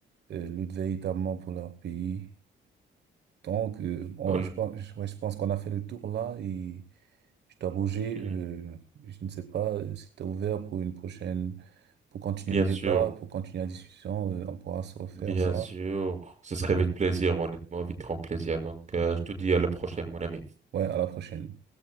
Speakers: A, on the right; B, on the right.
A: euh, luttent véritablement pour leur pays. Donc, euh, on-
B: On-
A: je pense, je ouais, je pense qu'on a fait le tour là et je dois bouger.
B: Mhm.
A: euh, je ne sais pas euh, si t'es ouvert pour une prochaine, pour continuer
B: Bien
A: le débat,
B: sûr,
A: pour continuer la discussion. euh, on pourra se refaire
B: bien
A: ça.
B: sûr, ce serait avec plaisir, honnêtement, avec grand plaisir. Donc, euh, je te dis à la prochaine, mon ami.
A: Ouais, à la prochaine.